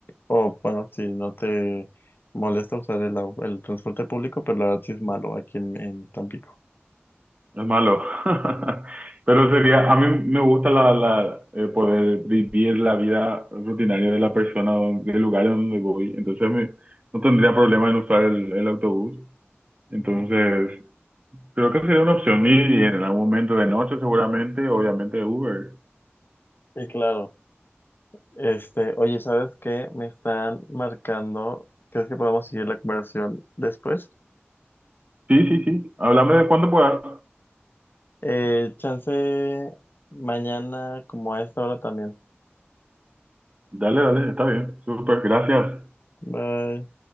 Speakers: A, on the left; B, on the right.
A: O bueno, si no te molesta usar el, au- el transporte público, pero la verdad sí es malo aquí en, en Tampico.
B: No es malo. <laughs> Pero sería, a mí me gusta la, la, eh, poder vivir la vida rutinaria de la persona, don- del lugar donde voy. Entonces me- no tendría problema en usar el, el autobús. Entonces creo que sería una opción. Y, y en algún momento de noche seguramente, obviamente Uber.
A: Y claro, este, oye, ¿sabes qué? Me están marcando. ¿Crees que podamos seguir la conversación después?
B: Sí, sí, sí. Háblame de cuándo puedas.
A: Eh, chance mañana como a esta hora también.
B: Dale, dale, está bien. Súper, gracias.
A: Bye.